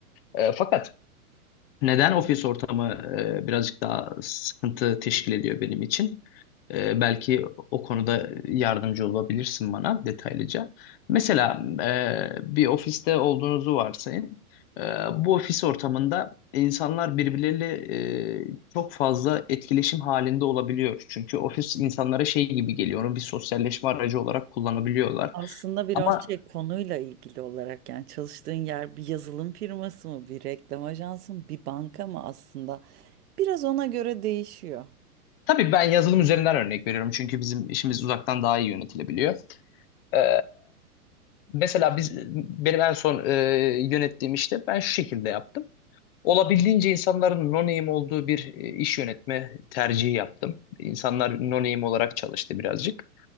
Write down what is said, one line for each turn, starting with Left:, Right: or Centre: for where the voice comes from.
Left: E, Fakat neden ofis ortamı e, birazcık daha sıkıntı teşkil ediyor benim için? E, belki o konuda yardımcı olabilirsin bana detaylıca. Mesela e, bir ofiste olduğunuzu varsayın. E, bu ofis ortamında insanlar birbirleriyle e, çok fazla etkileşim halinde olabiliyor. Çünkü ofis insanlara şey gibi geliyor, onu bir sosyalleşme aracı olarak kullanabiliyorlar.
Right: Aslında biraz
Left: Ama
Right: şey konuyla ilgili olarak yani çalıştığın yer bir yazılım firması mı, bir reklam ajansı mı, bir banka mı aslında biraz ona göre değişiyor.
Left: tabii ben yazılım üzerinden örnek veriyorum çünkü bizim işimiz uzaktan daha iyi yönetilebiliyor. Ee, Mesela biz benim en son e, yönettiğim işte ben şu şekilde yaptım. Olabildiğince insanların no name olduğu bir e, iş yönetme tercihi yaptım. İnsanlar no name olarak çalıştı birazcık.